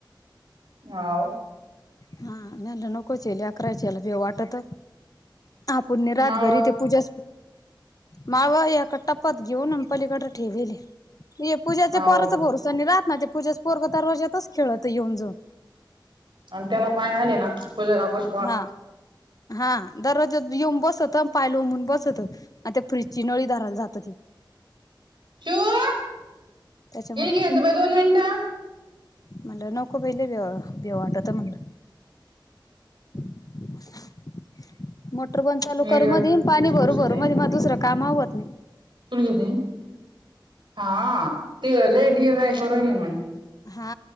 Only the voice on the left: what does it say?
हा यांना नकोच हाय, लेकराच्याला देऊ वाटत आपूण नाही रात
घरी, ते पूजा माव एका टपात घेऊन अं पलीकडे ठेविले. ये पूजाचे
पोराच
भरोसा नाही राहात, ते पूजाच पोरग दरवाज्यातच खेळत येऊन जाऊन.
हा हा दररोज येऊन बसत, पाय लांबवून बसत. आता फ्रीजची नळी धरायला जात होती.
त्याच्यामुळ
म्हणलं नको बाई दिले ओ, देव वाटत म्हटलं. <inaudible> मोटर बंद चालू
करू
मधी आणि
पाणी
भरू भरू मध, मग दुसरं काम आवरणे.
हा